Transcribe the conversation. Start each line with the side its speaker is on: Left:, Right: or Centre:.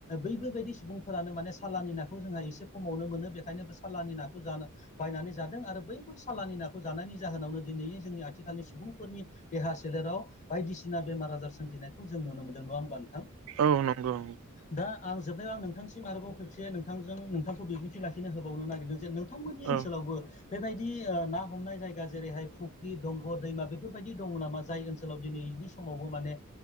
Left: बैफोरबायदि सुबुंफोरानो माने सालानि नाखौ जोंहा एसे खमावनो मोनो बेखायनोबो सालानि नाखौ जानो बायनानै जादों आरो बैफोर सालानि नाखौ जानायनि जाहोनावनो दिनै जोंनि आथिखालनि सुबुंफोरनि देहा सोलेराव बायदिसिना बेमार आजार सोमजिनायखौ जों नुनो मोनदों नङा होमबा नोंथां
Right: औ नंगौ
Left: दा आं जोबनायाव आं नोंथांसिम आरोबाव खेबसे नोंथांजों नोंथांखौ बिबुंथि लाखिनो होबावनो नागिरदों जे नों बिथांमोननि ओनसोलावबो
Right: औ
Left: बेबायदि ना हमनाय जायगा जेरैहाय फुख्रि दंग' दैमा बेफोरबायदि दङ नामा जाय ओनसोलाव दिनैनि समावबो माने